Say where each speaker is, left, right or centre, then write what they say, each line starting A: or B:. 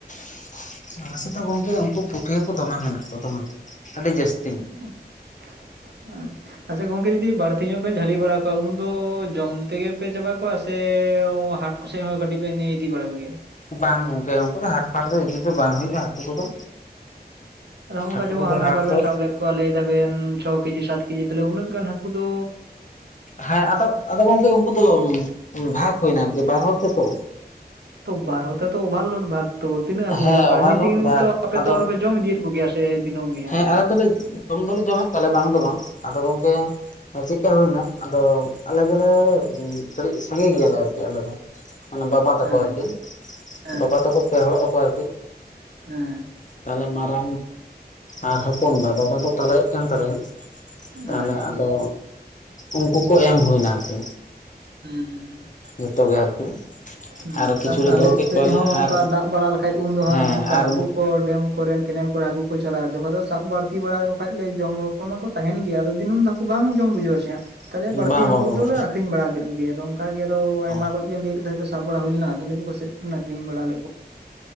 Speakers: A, on the left (about 50°); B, on the right (about 85°).
A: <inaudible> ᱟᱞᱮ ᱥᱮᱫ ᱫᱚ ᱜᱚᱝᱠᱮ ᱩᱱᱠᱩ ᱯᱩᱴᱷᱤ ᱦᱟᱹᱠᱩ ᱫᱚᱢᱮ ᱢᱮᱱᱟᱜ ᱠᱚᱣᱟ ᱫᱚᱢᱮ ᱟᱹᱰᱤ ᱡᱟᱹᱥᱛᱤ
B: <inaudible> ᱟᱪᱪᱷᱟ ᱜᱚᱝᱠᱮ ᱡᱩᱫᱤ ᱵᱟᱹᱲᱛᱤ ᱧᱚᱜ ᱵᱮᱱ ᱡᱷᱟᱹᱞᱤ ᱵᱟᱲᱟ ᱠᱚᱣᱟ ᱩᱱᱫᱚ ᱡᱚᱢ ᱛᱮᱜᱮ ᱯᱮ ᱪᱟᱵᱟ ᱠᱚᱣᱟ ᱥᱮ ᱦᱟᱴ ᱠᱚᱥᱮᱫ ᱦᱚᱸ ᱠᱟᱹᱴᱤᱡ ᱵᱮᱱ ᱤᱫᱤ ᱵᱟᱲᱟ ᱠᱚ ᱜᱮᱭᱟ
A: ᱵᱟᱝ ᱜᱚᱝᱠᱮ ᱩᱱᱠᱩ ᱫᱚ ᱦᱟᱴᱯᱷᱟᱴ ᱫᱚ ᱤᱫᱤ ᱫᱚ ᱵᱟᱝ ᱦᱩᱭᱩᱜᱼᱟ ᱦᱟᱹᱠᱩ ᱠᱚᱫᱚ
B: ᱟᱫᱚ ᱦᱚᱝᱠᱟ
A: ᱦᱟᱹᱠᱩ
B: ᱡᱮᱢᱚᱱ
A: ᱠᱚᱫᱚ
B: ᱦᱟᱱᱟ
A: ᱦᱟᱴ
B: ᱵᱟᱨ ᱵᱮᱱ
A: ᱫᱚ
B: ᱥᱟᱵ ᱞᱮᱫ ᱠᱚᱣᱟ <unintelligible> ᱞᱟᱹᱭ ᱫᱟᱵᱮᱱ ᱪᱷᱚ ᱠᱮᱡᱤ ᱥᱟᱛ ᱠᱮᱡᱤ ᱛᱟᱦᱟᱞᱮ ᱩᱱᱟᱹᱜ ᱜᱟᱱ ᱦᱟᱹᱠᱩ ᱫᱚ
A: ᱦᱮᱸ ᱟᱫᱚ ᱟᱫᱚ ᱜᱚᱝᱠᱮ ᱩᱱᱠᱩ ᱫᱚ ᱵᱷᱟᱜᱽ ᱦᱩᱭᱱᱟ ᱟᱨᱠᱤ ᱵᱟᱨ ᱦᱚᱲ ᱛᱮᱛᱚ
B: ᱛᱚ ᱵᱟᱨ ᱦᱚᱲ ᱛᱮ ᱛᱚ ᱚᱵᱷᱟᱨᱞᱳᱰ ᱵᱷᱟᱜ ᱛᱚ ᱛᱤᱱᱟᱹᱜ ᱦᱟᱹᱠᱩ
A: ᱦᱮᱸ
B: ᱯᱮ ᱡᱚᱢ ᱠᱚᱣᱟ
A: ᱳᱵᱷᱟᱨᱞᱳᱰ
B: ᱮᱢᱱᱤ ᱛᱮ
A: ᱵᱷᱟᱜᱽ
B: ᱛᱚ ᱟᱯᱮ
A: ᱟᱫᱚ
B: ᱛᱚ ᱟᱨ ᱡᱚᱢ ᱮᱫᱤᱭᱮᱫ ᱠᱚ ᱜᱮᱭᱟ ᱥᱮ ᱫᱤᱱᱟᱹᱢ ᱜᱮ
A: ᱦᱮᱸ ᱟᱞᱮ ᱫᱚᱞᱮ ᱡᱚᱢ ᱫᱚᱞᱮ ᱡᱚᱢᱮᱫ ᱠᱚᱣᱟ ᱞᱮ ᱵᱟᱝ ᱫᱚ ᱵᱟᱝ ᱟᱫᱚ ᱜᱚᱝᱠᱮ <unintelligible> ᱪᱮᱫᱮᱠᱟ ᱦᱩᱭᱱᱟ ᱟᱫᱚ ᱟᱞᱮ ᱫᱚᱞᱮ ᱠᱟᱹᱴᱤᱡ ᱥᱟᱸᱜᱮ ᱜᱮᱭᱟᱞᱮ ᱟᱨᱠᱤ ᱟᱞᱮ ᱫᱚ ᱢᱟᱱᱮ ᱵᱟᱵᱟ
B: ᱦᱟᱸᱜ?
A: ᱛᱟᱠᱚ ᱟᱨᱠᱤ
B: ᱟᱪᱪᱷᱟ
A: ᱵᱟᱵᱟ ᱛᱟᱠᱚ ᱯᱮ ᱦᱚᱲᱚᱜ ᱟᱠᱚ ᱟᱨᱠᱤ
B: ᱦᱩᱸ
A: ᱛᱟᱦᱚᱞᱮ ᱢᱟᱨᱟᱝᱵᱟ ᱟᱨ ᱦᱚᱯᱚᱱᱵᱟ ᱵᱟᱵᱟ ᱫᱚ ᱛᱟᱞᱟᱭᱤᱫ ᱠᱟᱱ ᱛᱟᱞᱮᱭᱫ
B: ᱦᱮᱸ
A: ᱛᱟᱦᱚᱞᱮ
B: ᱟᱪᱪᱷᱟ
A: ᱟᱫᱚ ᱩᱱᱠᱩ ᱠᱚ ᱮᱢ ᱦᱩᱭᱱᱟ ᱟᱨᱠᱤ
B: ᱦᱩᱸ ᱦᱩᱸ ᱦᱩᱸ
A: ᱡᱚᱛᱚ ᱜᱮ ᱟᱨᱠᱤ
B: ᱦᱮᱸ
A: ᱟᱨ
B: ᱫᱚᱠᱟᱱ
A: ᱠᱤᱪᱷᱩ ᱞᱮ
B: ᱟᱞᱮ
A: ᱫᱚᱦᱚ
B: ᱥᱮᱫ
A: ᱠᱮᱫ ᱠᱚᱣᱟᱞᱮ
B: ᱦᱚᱸ
A: ᱟᱨ
B: ᱚᱱᱠᱟ ᱫᱟᱜ ᱵᱟᱲᱟ ᱞᱮᱠᱷᱟᱡ ᱩᱱ ᱫᱚ ᱦᱟᱸᱜ
A: ᱦᱮᱸ
B: ᱚᱱᱠᱟ
A: ᱟᱨ
B: ᱦᱟᱹᱠᱩ ᱠᱚ ᱰᱮᱢ ᱠᱚᱨᱮᱱ ᱠᱮᱱᱮᱞ ᱠᱚᱨᱮ ᱦᱟᱹᱠᱩ ᱠᱚ ᱪᱟᱞᱟᱜᱼᱟ ᱡᱚᱠᱷᱚᱱ ᱫᱚ ᱥᱟᱵ ᱵᱟᱹᱲᱛᱤ ᱵᱟᱲᱟᱠᱚ ᱠᱷᱟᱡ ᱞᱮ ᱡᱚᱢ <unintelligible> ᱛᱟᱦᱮᱱ ᱜᱮᱭᱟ ᱟᱫᱚ ᱫᱤᱱᱟᱹᱢ ᱫᱚ ᱦᱟᱹᱠᱩ ᱵᱟᱝ ᱡᱚᱢ ᱵᱩᱡᱷᱟᱹᱣᱟᱪᱮ ᱛᱟᱦᱚᱞᱮ ᱵᱟᱹᱲᱛᱤ
A: ᱵᱟᱝ
B: ᱦᱟᱹᱠᱩ
A: ᱵᱟᱝ ᱵᱟᱝ
B: ᱠᱚ ᱫᱚᱞᱮ ᱟᱠᱷ ᱟᱠᱠᱷᱨᱤᱧ ᱵᱟᱲᱟ ᱠᱮᱫ ᱠᱚᱜᱮᱭᱟ ᱟᱫᱚ ᱚᱱᱠᱟ ᱜᱮ ᱟᱫᱚ ᱟᱭᱢᱟ
A: ᱚ
B: ᱠᱷᱚᱡ ᱵᱮᱱ ᱞᱟᱹᱭ ᱠᱮᱫᱟ ᱥᱟᱵ ᱵᱟᱲᱟ ᱦᱩᱭ ᱞᱮᱱᱟ ᱟᱫᱚ <unintelligible> ᱞᱟᱹᱭ ᱫᱚ ᱯᱟᱥᱮᱫ ᱟᱠᱷᱨᱤᱧ ᱵᱟᱲᱟ ᱞᱮᱫ ᱠᱚ